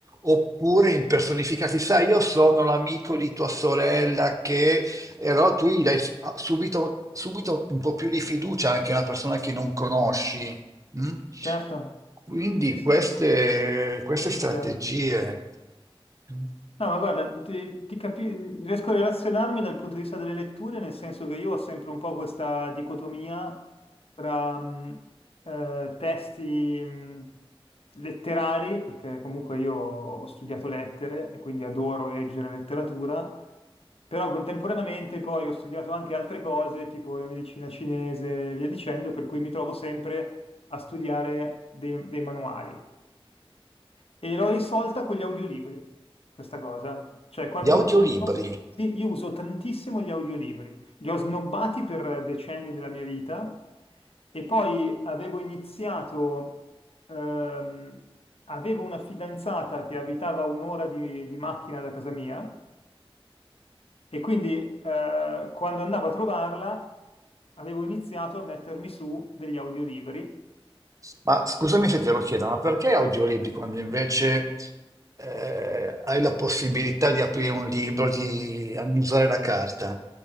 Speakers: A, on the right; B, on the left.
A: Oppure impersonificati, sai, io sono l'amico di tua sorella che e allora tu gli dai fi- ah, subito, subito un po' più di fiducia anche a una persona che non conosci. mm?
B: Certo,
A: Quindi
B: sì, sì, sì,
A: queste, queste
B: molto
A: strategie.
B: chiaro.
A: mm.
B: No, ma guarda, ti, ti capi- riesco a relazionarmi dal punto di vista delle letture, nel senso che io ho sempre un po' questa dicotomia tra mh, eh, testi mh, letterari, perché comunque io ho studiato lettere e quindi adoro leggere letteratura, però contemporaneamente poi ho studiato anche altre cose, tipo la medicina cinese e via dicendo, per cui mi trovo sempre a studiare dei dei manuali. E l'ho risolta con gli audiolibri, questa cosa. Cioè, quando...
A: Gli audiolibri,
B: Sì, io uso tantissimo gli audiolibri. Li ho snobbati per decenni della mia vita e poi avevo iniziato... ehm, avevo una fidanzata che abitava a un'ora di, di macchina da casa mia e quindi eh, quando andavo a trovarla avevo iniziato a mettermi su degli audiolibri
A: ma scusami se te lo chiedo, ma perché audiolibri quando invece eh, hai la possibilità di aprire un libro, di annusare la carta?